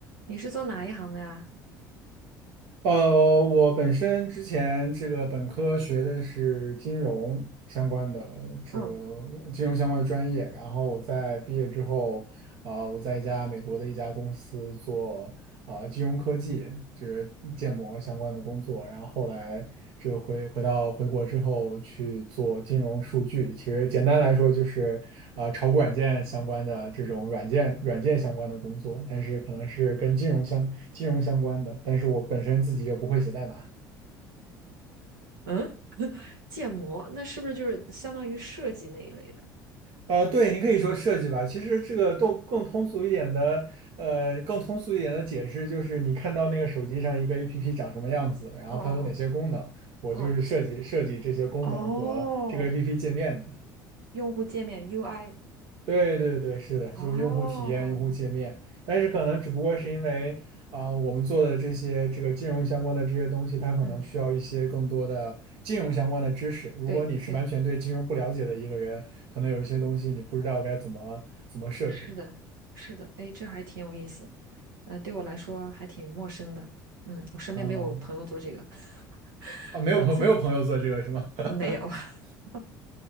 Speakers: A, on the right; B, on the right.
A: 你是做哪一行的呀？
B: 呃，我本身之前这个本科学的是金融相关的，这个金融相关的专业。
A: 嗯，
B: 然后我在毕业之后，啊、我在一家美国的一家公司做啊、金融科技，就是建模相关的工作，然后后来就回回到回国之后去做金融数据，其实简单来说就是啊、炒股软件相关的这种软件软件相关的工作，但是可能是跟金融相金融相关的，但是我本身自己又不会写代码。
A: 嗯，建模，那是不是就是相当于设计那一类的？
B: 呃，对，你可以说设计吧。其实这个都更通俗一点的，呃，更通俗一点的解释就是，你看到那个手机上一个 APP 长什么样子，然后它有哪些功能，
A: 哦
B: 我就是设计设计这些功能和这个
A: 哦哦，哦，
B: APP 界面的。
A: 用户界面 UI。
B: 对对对，是的，就是用户体验、
A: 哦，
B: 用户界面，但是可能只不过是因为啊、我们做的这些这个金融相关的这些东西，它可能需要一些更多的金融相关的知识。
A: 嗯，
B: 如果你是完全对金融不了解的一个人，
A: 对对，
B: 可能有一些东西你不知道该怎么怎么设置
A: 是的，是的，哎，这还挺有意思，呃，对我来说还挺陌生的。嗯，我身边没有朋友做这个，
B: 啊
A: <laughs>
B: 啊，没有朋没有朋友做这个是吗？
A: 我自
B: <laughs>
A: 没有。<laughs>